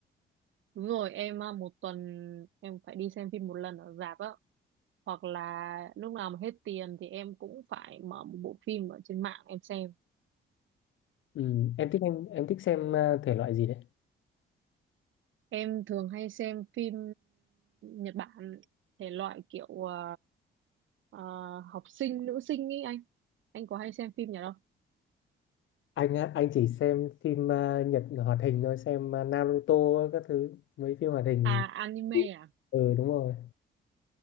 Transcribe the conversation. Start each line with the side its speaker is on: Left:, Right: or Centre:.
Right: Đúng rồi, em à, một tuần em phải đi xem phim một lần ở rạp á. Hoặc là lúc nào mà hết tiền thì em cũng phải mở một bộ phim ở trên mạng em xem.
Left: Ừ. Em thích em em thích xem ờ, thể loại gì đấy?
Right: Em thường hay xem phim Nhật Bản, thể loại kiểu à, à, học sinh, nữ sinh ý anh. Anh có hay xem phim nhà đâu?
Left: anh á anh chỉ xem phim ờ, Nhật hoạt hình thôi xem ờ, Naruto các thứ mấy phim hoạt hình
Right: À, anime à?
Left: ừ đúng rồi